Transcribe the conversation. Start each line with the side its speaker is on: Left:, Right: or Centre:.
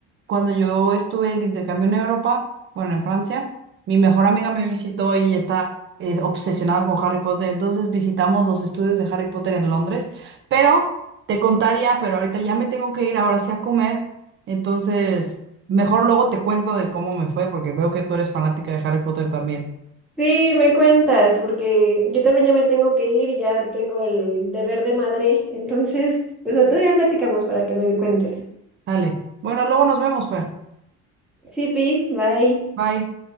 Right: cuando yo estuve de intercambio en Europa, bueno, en Francia, mi mejor amiga me visitó y ella está eh, obsesionada con Harry Potter, entonces visitamos los estudios de Harry Potter en Londres, pero te contaría, pero ahorita ya me tengo que ir ahora sí a comer, entonces mejor luego te cuento de cómo me fue, porque veo que tú eres fanática de Harry Potter también.
Centre: Sí, me cuentas, porque yo también ya me tengo que ir, ya tengo el deber de madre, entonces pues otro día platicamos para que me cuentes.
Right: Dale, bueno, luego nos vemos, Fer.
Centre: Sí, Pi, bye.
Right: Bye.